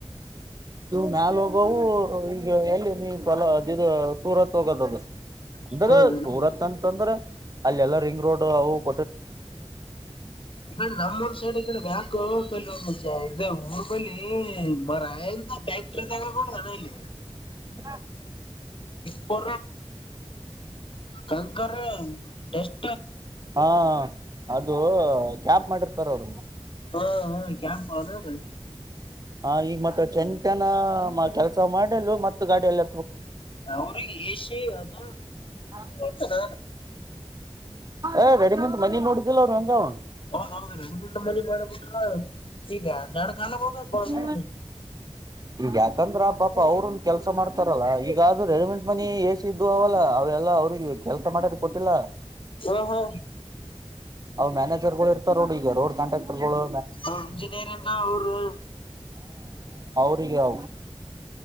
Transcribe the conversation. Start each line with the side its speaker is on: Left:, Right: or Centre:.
Right: ಇವು ಮಾಲ ಹೋಗವು ಈಗ ಎಲ್ಲಿ ನೀವುಲದು ಸೂರತ್ ಹೋಗೋದ ಅದು ಎಂದರೆ
Left: ಸುಬ್ರಹ್ಮಣ್ಯನ
Right: ಸೂರತ್ಂತ
Left: ಈ
Right: ತೊಂದ್ರೆ ಅಲ್ಲಿ ಎಲ್ಲ ರಿಂಗ್ ರೋಡ್ ಅದು
Left: ಈಡೆ ನಮ್ಮೂರು ಸೈಡ್ ಈ ಕಡೆ ಬಕ್ ಬಿಂದು ಇ ಊರು ಬಳ್ಳಿ ಮರ ನಂದ ಫ್ಯಾಕ್ಟರಿ ತಾಗ ಕೂಡ ನಾನಲ್ಲ
Right: ಹಾ
Left: ಪ ಕಂಕ ಸ್
Right: ಹಾ ಅದು ಕ್ಯಾಪ್ ಮಾಡಿರ್ತಾರ ಅವರು
Left: ಹ ಹ ಕ್ಯಾಂಪಾ ಅನು ಅದು
Right: ಹ ಈಗ ಮತ್ತ ಚೆಂತನ ಕೆಲಸ ಮಾಡಲು ಮತ್ತ ಗಾಡಿಯಲ್ಲ
Left: ಅವ್ರಿಗೆ ಏಷ ಅದ
Right: ಹ
Left: ಆಯ್ತದ
Right: ಏ ಗಡಿ ನಿಂದ ಮನಿ ನೋಡಿದಿಲ್ಲ ಅವ್ರು ಹೆಂಗ ಅವ್ನು
Left: ಹ ನೌಂದು ರ ರಟ ಮಣಿ ಮಡ ಬಿಟ್ಟು ಈ ನಡ ಕಾಲ ಬಂದ ಇಪ್ಪ ನು
Right: ಹ ಈಗ ಯಾಕಂದ್ರ ಪಾಪ ಅವ್ರನ್ ಕೆಲಸ ಮಾಡ್ತಾರಲ್ಲಾ ಈಗಾದ ರೆಡಿಮೆಂಡ್ ಮನಿ ಎಸ ಇದು ಅವಲ್ಲ ಅವೆಲ್ಲ ಎಲ್ಲ ಅವ್ರಿಗೆ ಕೆಲಸ ಮಾಡ್ರ ಕೊಟ್ಟಿಲ್ಲ
Left: ಹ ಹಾ
Right: ಅವ್ ಮ್ಯಾನೇಜರ್ಗಳು ಇರ್ತಾರ ರೋಡ್ ಈಗ ರೋಡ್ ಕಾಂಟಾಕ್ಟರ್ಗಳು
Left: ಇಂಜಿನಿಯ ಅಣ್ಣಾಅವರು
Right: ಹ ಹೌ